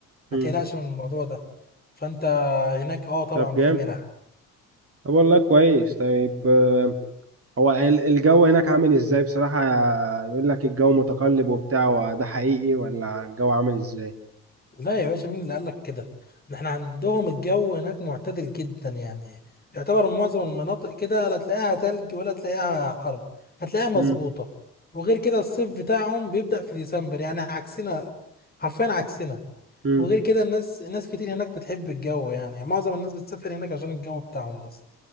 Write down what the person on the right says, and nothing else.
مم.
طب جامد
طب والله كويس طيب آه، هو ال- الجو هناك عامل ازاي بصراحة يقول لك الجو متقلب وبتاع وده حقيقي ولا الجو عامل ازاي
امم
امم